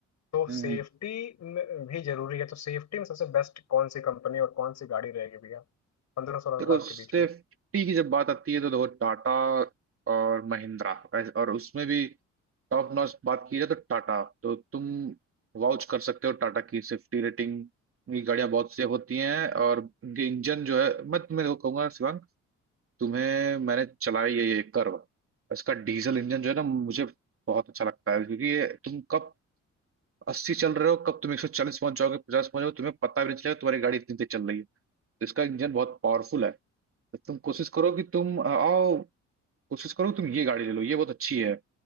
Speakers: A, on the left; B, on the right.
A: तो
B: हम्म
A: सेफ्टी में भी जरूरी है तो सेफ्टी में सबसे बेस्ट कौन सी कंपनी और कौन सी गाड़ी रहेगी भैया पंद्रह सोलह
B: देखो
A: लाख के
B: सेफ्टी
A: बीच में
B: की जब बात आती है तो देखो टाटा और महिंद्रा ऐस- और उसमें भी टॉप नॉच बात की जाए तो टाटा तो तुम वाउच कर सकते हो टाटा की सेफ्टी रेटिंग की गाड़ियां बहुत सेफ होती हैं और उनके इंजन जो है मैं तुम्हें देखो कहूंगा शिवांग तुम्हें मैंने चलाई है ये कर्व इसका डीजल इंजन जो है ना मुझे बहुत अच्छा लगता है क्योंकि ये तुम कब अस्सी चल रहे हो कब तुम एक सौ चालीस पहुंच जाओगे पचास पहुंच जाओगे तुम्हें पता भी नहीं चलेगा तुम्हारी गाड़ी इतनी तेज चल रही है तो इसका इंजन बहुत पावरफुल है तो तुम कोशिश करो कि तुम अ, आओ कोशिश करो कि तुम ये गाड़ी ले लो ये बहुत अच्छी है